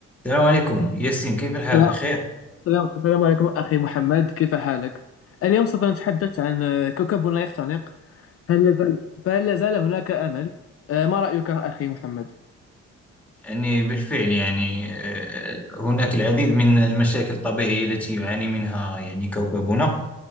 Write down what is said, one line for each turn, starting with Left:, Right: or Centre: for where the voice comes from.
Centre: السلام عليكم ياسين كيف الحال
Left: السلام
Centre: بخير
Left: السلام السلام عليكم أخي محمد كيف حالك؟ اليوم سوف نتحدث عن آه، كوكبنا يختنق هل لازال فهل لازال هناك أمل؟ آه، ما رأيك أخي محمد؟
Centre: يعني بالفعل يعني آه، هناك العديد من المشاكل الطبيعية التي يعاني منها يعني كوكبنا